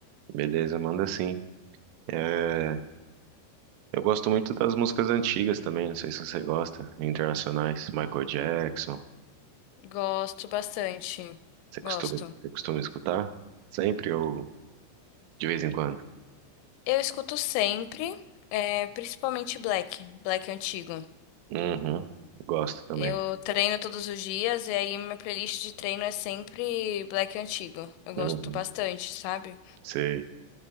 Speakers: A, on the right; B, on the left.
A: Beleza, manda sim. É, Eu gosto muito das músicas antigas também, não sei se você gosta, internacionais, Michael Jackson.
B: Gosto bastante.
A: Você costuma,
B: Gosto.
A: você costuma escutar? Sempre ou de vez em quando?
B: Eu escuto sempre, é, principalmente Black, Black antigo.
A: Uhum, gosto também.
B: Eu treino todos os dias e aí minha playlist de treino é sempre black antigo. Eu
A: Uhum,
B: gosto bastante, sabe?
A: sei.